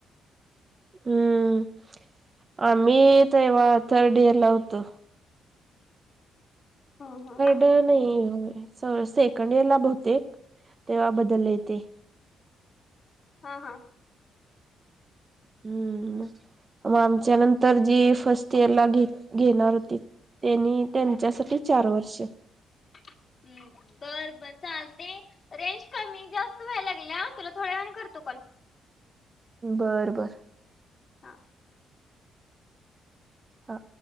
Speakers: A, on the right; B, on the left.
A: हम्म आम्ही तेव्हा थर्ड इयर ला होत.
B: हा हा.
A: <unintelligible> नाही सरळ सेकंड इयरला बहुतेक तेव्हा बदललय ते.
B: हा हा.
A: हम्म मग आमच्या नंतर जी फर्स्ट इयर ला घे घेणार होतीत. त्यांनी त्यांच्यासाठी चार वर्ष.
B: हम्म. बर बर चालते रेंज कमी जास्त व्हाय लागल्या तुला थोड्या वेळानं करतो कॉल.
A: बर बर.
B: हा.
A: हा.